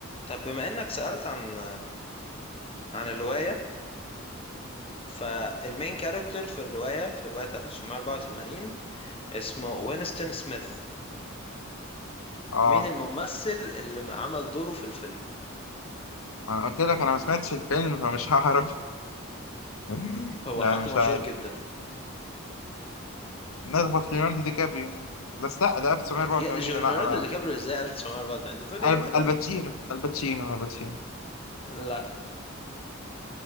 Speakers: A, on the left; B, on the left.
A: طب بما انك سألت عن عن الرواية فالمين كاركتر في الرواية في رواية 1984 اسمه وينستون سميث
B: اه
A: مين الممثل اللي عمل دوره في الفيلم
B: انا قلت لك انا ما سمعتش الفيلم فمش هعرف <laughs>
A: هو
B: لا
A: حد
B: مش
A: مشهور
B: عارف
A: جدا
B: نخبط ليوناردو دي كابريو بس لا ده 1984
A: لا يا- جو-
B: لا
A: ليوناردو
B: لا
A: دي كابريو ازاي 1904 انت بتقول ايه
B: ألب-
A: يا جدع
B: الباتشينو الباتشينو الباتشينو
A: لا